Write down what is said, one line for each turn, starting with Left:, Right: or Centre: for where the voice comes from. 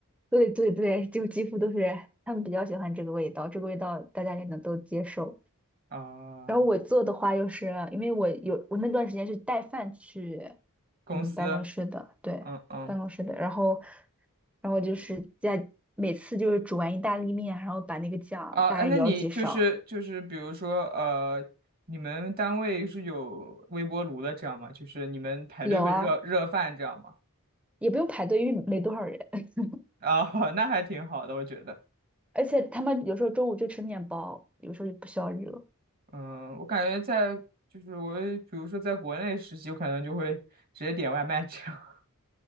Centre: 对对对，就几乎都是他们比较喜欢这个味道，这个味道大家也能都接受。
Right: 啊、
Centre: 然后我做的话，又是因为我有我那段时间是带饭去。
Right: 公司，
Centre: 嗯，办公室的，对，
Right: 嗯嗯，
Centre: 办公室的。然后，然后就是在每次就是煮完意大利面，然后把那个酱大概舀几勺，
Right: 啊、哎那你就是就是，比如说呃，你们单位是有微波炉的这样吗？就是你们排队会热热饭这样吗？
Centre: 有啊，也不用排队，因为没多少人。<laughs>
Right: 啊、<laughs> 那还挺好的，我觉得。
Centre: 而且他们有时候中午就吃面包，有时候就不需要热。
Right: 嗯，我感觉在就是我比如说在国内实习，我可能就会直接点外卖这样。